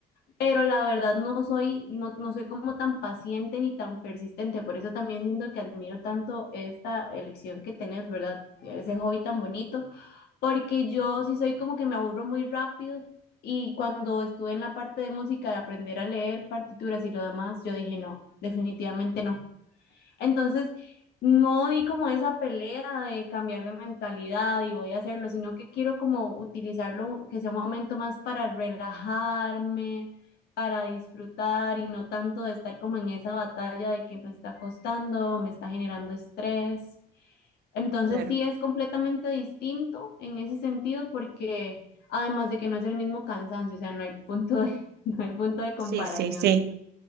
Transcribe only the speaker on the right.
Claro.
Sí, sí, sí.